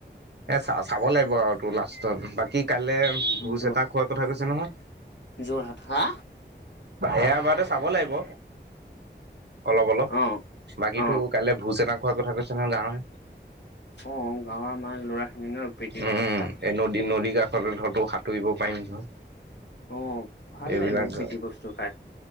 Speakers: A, on the right; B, on the left.
A: এ চ চাব লাগিব আৰু তোৰ লাষ্টত বা কাইলৈ ভোজ
B: যোৰ
A: এটা খোৱাৰ কথা কৈছে নহয়।
B: যোৰহাট হা
A: এয়াবাৰ চাব লাগিব অলপ অলপ
B: অ
A: বাকী
B: অ
A: কাইলে ভোজ এটা খোৱা কথা কৈছে নহয় গাঁৱৰ।
B: অ গাঁৱৰ আমাৰ ল'ৰা। খিনি ন প্ৰীতি
A: উম
B: ভোজ এটা
A: এই নদী নদীৰ কাষতে ধৰ তো সাঁতুৰিব পাৰিম নহয়।
B: অ ভাল
A: এইবিলাক
B: লাগিব প্ৰীতি ভোজটো খাই